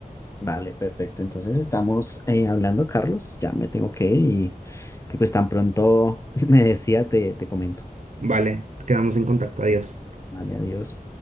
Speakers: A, on the left; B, on the right.
A: Vale, perfecto. Entonces estamos eh, hablando, Carlos. Ya me tengo que ir y, y pues tan pronto <laughs> me decía, te, te comento.
B: Vale, quedamos en contacto. Adiós.
A: Vale, adiós.